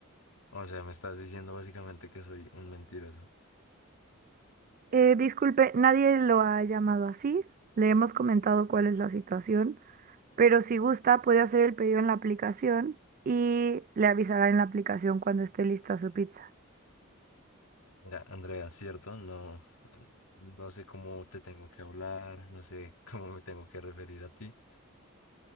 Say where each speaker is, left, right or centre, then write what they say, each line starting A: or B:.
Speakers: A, on the left; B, on the right.
A: O sea, me estás diciendo básicamente que soy un mentiroso.
B: Eh, disculpe, nadie lo ha llamado así. Le hemos comentado cuál es la situación, pero si gusta puede hacer el pedido en la aplicación y le avisará en la aplicación cuando esté lista su pizza.
A: Mira, Andrea, ¿cierto? No, no sé cómo te tengo que hablar, no sé <laughs> cómo me tengo que referir a ti,